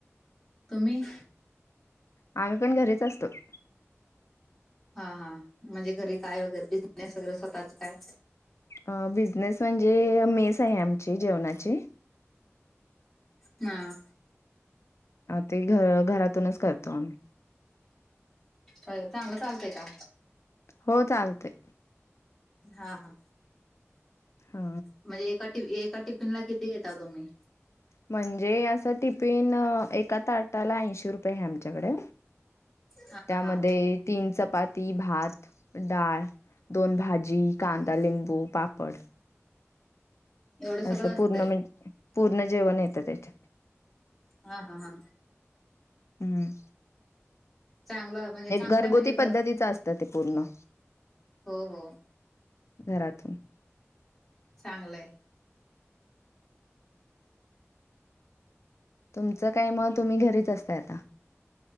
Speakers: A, in the centre; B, on the left.
A: तुम्ही
B: आम्ही पण घरीच असतोय.
A: हा म्हणजे घरी काय वगैरे बिझनेस स्वतःच काय?
B: अ बिझनेस म्हणजे मेस आहे आमची जेवणाची
A: हां.
B: ते घर घरातूनच करतो आम्ही
A: हो चांगलं चालतय का?
B: हो चालतंय.
A: हा हां
B: हा
A: म्हणजे एका एका टिफिन ला किती घेता तुम्ही?
B: म्हणजे असं टिफिन एका ताटाला ऐंशी रुपये आमच्या कडे
A: हा
B: त्यामध्ये-
A: हा
B: तीन चपाती, भात, डाळ, दोन भाजी, कांदा,
A: हा
B: लिंबू पापड पड
A: एवढं सगळं
B: असं
A: असतंय
B: पूर्ण म्हण पूर्ण जेवण येतं त्याच्या-
A: हा हां हां
B: हम्म.
A: चांगलं म्हणजे चांगलंय
B: घरगुती
A: म्हणजे
B: पद्धतीच असतं ते पूर्ण-
A: हो हो.
B: घरातून
A: चांगलंय.
B: तुमचं काय म तुम्ही घरीच असताय आता